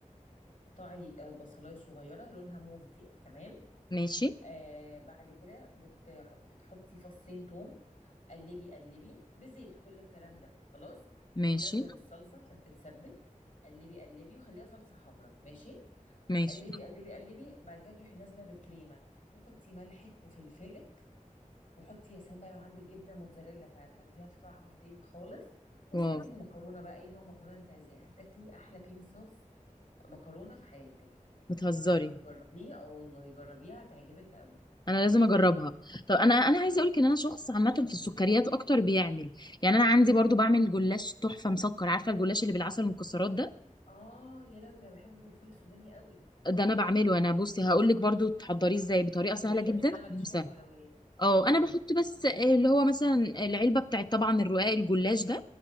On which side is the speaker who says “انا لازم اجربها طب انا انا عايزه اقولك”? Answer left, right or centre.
Left